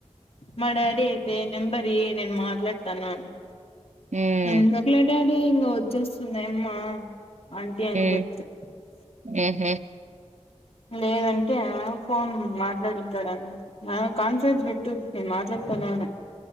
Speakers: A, on the left; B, on the right.
A: మా డాడీ అయితే, నెంబరీ నేను మాట్లాడతానన్ను.
B: హ్మ్
A: అందుకులే, డాడీ. ఇగ వచ్చేస్తుదాయమ్మా. ఆంటీ, ఏం
B: హ్మ్
A: చెప్తే?
B: ఊహూ
A: లేదంటే, ఆ ఫోన్ మాట్లాడించాడున్ని ఆ కాన్ఫ్యూస్ పెట్టు, నేను మాట్లాడి. ఫోన్ ననే?